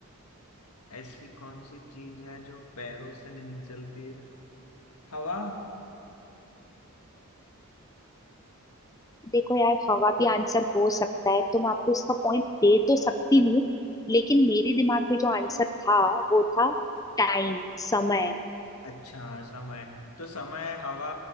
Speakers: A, on the left; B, on the left.
A: ऐसी कौन सी चीज है जो पैरों से नहीं चलती है हवा
B: देखो यार हवा भी आंसर हो सकता है तो मैं आपको इसका पॉइंट दे तो सकती हूँ लेकिन मेरे दिमाग में जो आंसर था वो था टाइम समय
A: अच्छा हाँ, समय तो समय हवा